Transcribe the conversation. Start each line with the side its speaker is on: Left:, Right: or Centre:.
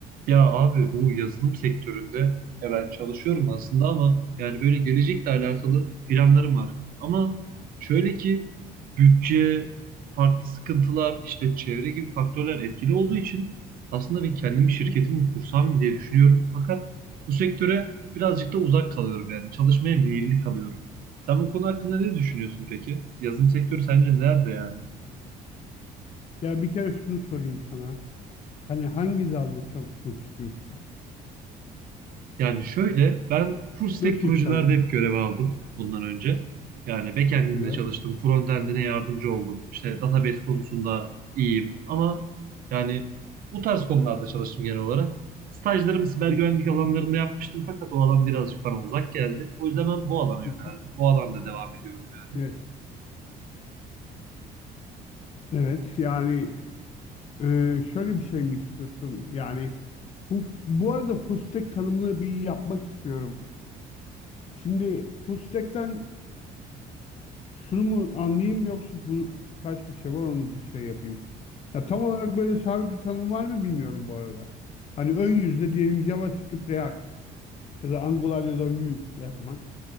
Right: Ya abi bu yazılım sektöründe ya ben çalışıyorum
Left: Hı
Right: aslında ama yani böyle gelecekle alakalı planlarım var. Ama şöyle ki bütçe, farklı sıkıntılar, işte çevre gibi faktörler etkili olduğu için aslında ben kendimi
Left: hı
Right: şirketimi
Left: hı.
Right: kursam mı diye düşünüyorum. Fakat bu sektöre birazcık da uzak kalıyorum yani çalışmaya meyilli kalıyorum. Sen bu konu hakkında ne düşünüyorsun peki? Yazılım sektörü sence nerede yani?
Left: Ya bir kere şunu sorayım sana. Hani hangi dalda çalışmak istiyorsun?
Right: Yani şöyle ben full stack
Left: Nasıl
Right: projelerde
Left: işler yapmak?
Right: hep görev aldım bundan önce. Yani backend'inde
Left: Çok güzel.
Right: çalıştım, frontend'ine yardımcı oldum. İşte database konusunda iyiyim ama yani bu tarz konularda çalıştım genel olarak. Stajlarımı siber
Left: Hı
Right: güvenlik alanlarında yapmıştım fakat o alan birazcık bana uzak geldi. O yüzden ben bu alana
Left: hı
Right: yöneldim.
Left: hı.
Right: Bu alanda devam ediyorum yani.
Left: Evet. Evet. Yani e, şöyle bir şey mi istiyorsun? Yani bu bu arada full stack tanımını bir yapmak istiyorum. Şimdi full stack'ten şunu mu anlayayım yoksa bu başka bir şey var onu bir şey yapayım. Ya tam olarak böyle sabit bir tanım var mı bilmiyorum bu arada. Hani ön yüzde diyelim JavaScript React. ya da Angular ya da Vue yazmak.